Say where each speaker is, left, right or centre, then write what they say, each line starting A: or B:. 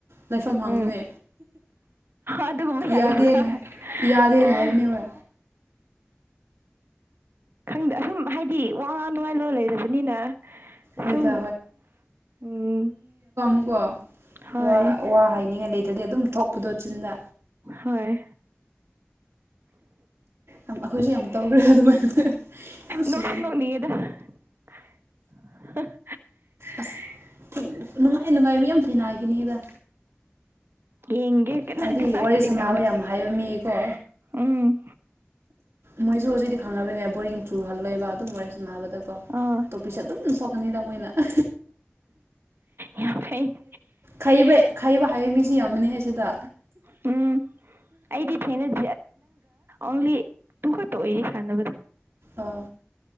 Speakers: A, on the right; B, on the right.
A: ꯂꯩꯐꯝ ꯍꯪꯕꯅꯦ
B: ꯎꯝ ꯑꯗꯨꯒꯨꯝꯕ ꯌꯥꯗꯕ꯭ꯔꯥ
A: ꯌꯥꯗꯦꯅ ꯌꯥꯗꯦꯅ
B: ꯑꯣ
A: ꯍꯥꯏꯕꯅꯦꯕ
B: ꯈꯪꯗ ꯑꯨꯝ ꯍꯥꯏꯗꯤ ꯋꯥ ꯉꯥꯡ ꯅꯨꯡꯉꯥꯏ ꯂꯣꯟ ꯂꯩꯔꯕꯅꯤꯅ
A: ꯍꯣꯏꯗ
B: ꯁꯨꯝ ꯎꯝ
A: ꯨꯀꯣ
B: ꯍꯣꯏ
A: ꯋꯥ ꯋꯥ ꯍꯥꯏꯅꯤꯡꯉꯥꯏ ꯂꯩꯗꯗꯤ ꯑꯗꯨꯝ ꯊꯣꯛꯄꯗꯣ ꯆꯤꯟꯗ
B: ꯍꯣꯏ
A: ꯌꯥꯝ ꯑꯩꯈꯣꯏꯁꯨ ꯌꯥꯝ ꯇꯧꯈ꯭ꯔꯦ ꯑꯗꯨꯃꯥꯏꯅ ꯌꯥꯝ
B: ꯅꯣꯛꯁꯨ
A: ꯁ
B: ꯅꯣꯛꯅꯤꯡꯉꯦꯗ <unintelligible> <inaudible>
A: ꯑꯁ ꯅꯨꯡꯉꯥꯏ ꯅꯨꯡꯉꯥꯏ ꯃꯤ ꯌꯥꯝ ꯊꯦꯡꯅꯈꯤꯅꯤꯗ
B: ꯌꯦꯦꯀꯅꯥꯇ
A: ꯍꯥꯏꯗꯤ
B: ꯁꯥꯇꯤꯅ꯭ꯔ
A: ꯋꯥꯔꯤ ꯁꯥꯟꯅꯕ ꯌꯥꯝ ꯍꯥꯏꯕ ꯃꯤꯀꯣ
B: ꯎꯝ
A: ꯃꯣꯏꯁꯨ ꯍꯧꯖꯤꯛꯇꯤ ꯈꯪꯉꯕꯅꯦ ꯕꯣꯔ ꯆꯨꯍꯜꯂ ꯂꯩꯕ ꯑꯗꯨꯝ ꯃꯣꯔꯁꯨ ꯅꯥꯕ ꯀꯣ
B: ꯑꯣ
A: ꯇꯣꯞꯄꯤꯁꯦ ꯑꯗꯨꯝ ꯁꯣꯛꯀꯅꯤꯗ ꯃꯣꯏꯅ ꯕ
B: ꯌꯥꯝ ꯐꯩꯅꯦ
A: ꯈꯩꯕ ꯈꯩꯕ ꯍꯥꯏꯕ ꯃꯤꯁꯤ ꯌꯥꯝꯃꯅꯦꯍ ꯁꯤꯗ
B: ꯎꯝ ꯑꯩꯗꯤ ꯊꯅꯪ ꯑꯂꯤ ꯇꯨ ꯀꯇ ꯑꯣꯏ ꯁꯥꯟꯅ ꯀꯗ
A: ꯑꯣ